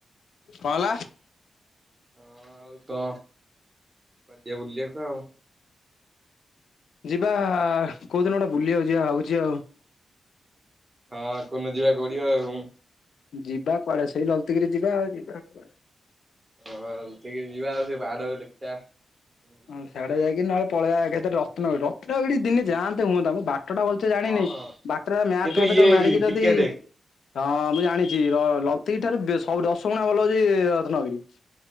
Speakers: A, on the left; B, on the right.
A: କଣ ହେଲା?
B: ହଁ ଆଉ ତ ବାଦିଆ ବୁଲିବାକୁ ଆଉ।
A: ଯିବା କୋଉଦିନ ଗୋଟେ ବୁଲିିବାଉ ଯିବା ଭାବୁଛି ଆଉ।
B: ହଁ କନ ଯିବାକୁ ପଡିବ ଆଉ।
A: ଯିବା କୁଆଡେ ସେଇ ଲଲିତଗିରି ଯିବା ଆଉ ଯିବା କୁଆଡେ।
B: ହଁ ଟିକେ ଯିବା ଆଉ ସେ ପାହାଡ ଦେଖିବା। ବୁଲିକି
A: ଆଉ
B: ଆସିବା
A: ସେଆଡେ ଯାଇକି ନହେଲେ ପଳେଇବାଆଗେତରେ ରତ୍ନବୀ ରତ୍ନବିଡି ଦିନେ ଯାଆନ୍ତେ ହୁଅତା ମ ବାଟଟା ଭଲ ତେ ଜାଣିନି
B: ହଁ ହଁ।
A: ବାଟରେ ମ୍ୟାପ୍
B: କିନ୍ତୁ
A: ଫ୍ୟାପ
B: ଇଏ
A: ତ ମାରିକି
B: ବି ଟିକେଟେ
A: ଦଦି ହଁ ମୁଁ ଜାଣିଛି ଲ ଲତିକି ଠାରେ ଦେ ସବୁ ଦଶଗୁଣା ଭଲ ହଉଛି ରତ୍ନଗିରି।